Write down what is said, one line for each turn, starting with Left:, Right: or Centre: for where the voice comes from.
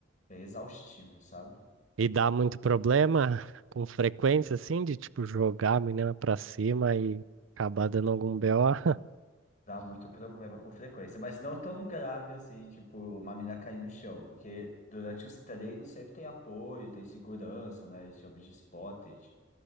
Left: bem exaustivo, sabe?
Right: E dá muito problema com frequência, assim, de tipo jogar a menina pra cima e acabar dando algum BO? <laughs>
Left: Dá muito problema com frequência, mas não tão grave assim, tipo, uma mina cair no chão, porque durante os treinos sempre tem apoio, tem segurança, né? Eles chamam de spotted,